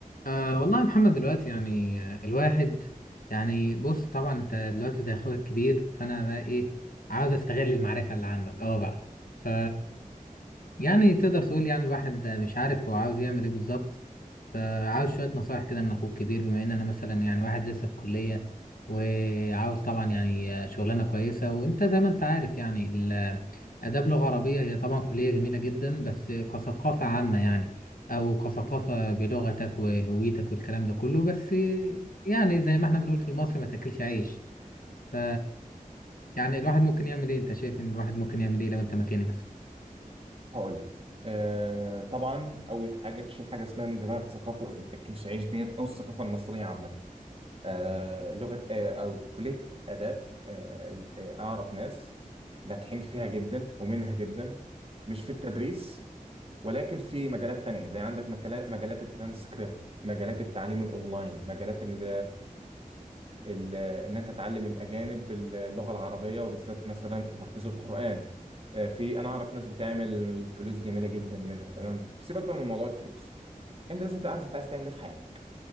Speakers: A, on the left; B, on the right.
A: أه والله يا محمد دلوقتي يعني آه، الواحد يعني بص طبعا انت دلوقتي زي اخوك الكبير فانا بقى ايه عاوز استغل المعرفة اللي عندك اه بقى ف يعني تقدر تقول يعني الواحد مش عارف هو عاوز يعمل ايه بالظبط فعاوز شوية نصايح كده من أخوك الكبير بما إن أنا مثلا يعني واحد لسه في كلية وعاوز طبعا يعني شغلانة كويسة وأنت زي ما أنت عارف يعني ال- آداب لغة عربية هي طبعا كلية جميلة جدا بس كثقافة عامة يعني أو كثقافة بلغتك وهويتك والكلام ده كله بس يعني زي ما إحنا بنقول في مصر ما تاكلش عيش ف يعني الواحد ممكن يعمل إيه أنت شايف إن الواحد ممكن يعمل إيه لو أنت مكاني مثلا
B: هقول لك آه طبعا اول حاجه تشيل حاجه اسمها من دماغ الثقافه الكلشعيش ديت او الثقافه المصريه عامه آه لغه آه او كليه اداب آه آه، اعرف ناس ناجحين فيها جدا ومنها جدا مش في التدريس ولكن في مجالات تانية زي عندك مجالات مجالات الترانسكريبت مجالات التعليم الاونلاين مجالات ال ال ان انت تعلم الاجانب اللغه العربيه وبالذات مثلا في تحفيظ القران آه، في انا اعرف ناس بتعمل فلوس جميله جدا منها تمام سيبك بقى من موضوع الفلوس انت لازم تعرف انت عايز تعمل ايه في حياتك